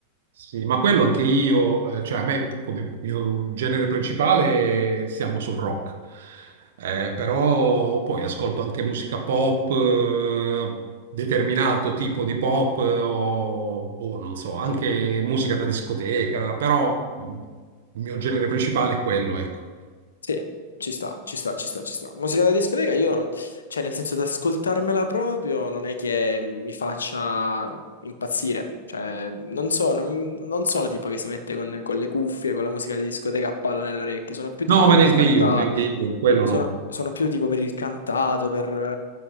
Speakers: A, on the right; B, on the left.
A: Sì, ma quello anche io, eh, cioè a me come mio genere principale siamo sul rock, Eh, però poi ascolto anche musica pop, eh, determinato tipo di pop, eh, o boh, non so, anche musica da discoteca, però mh, il mio genere principale è quello, ecco.
B: Sì, ci sta, ci sta, ci sta, ci sta. Musica da discoteca, io, non- cioè nel senso di ascoltarmela proprio, non è che mi faccia impazzire. Cioè, non sono, non sono tipo che si mette con, con le cuffie, con la musica di discoteca a palla nelle orecchie, sono più tipo
A: No,
B: per
A: ma neanche
B: il cantato,
A: io, neanche io, quello
B: sono,
A: no.
B: sono più tipo per il cantato, per... eh,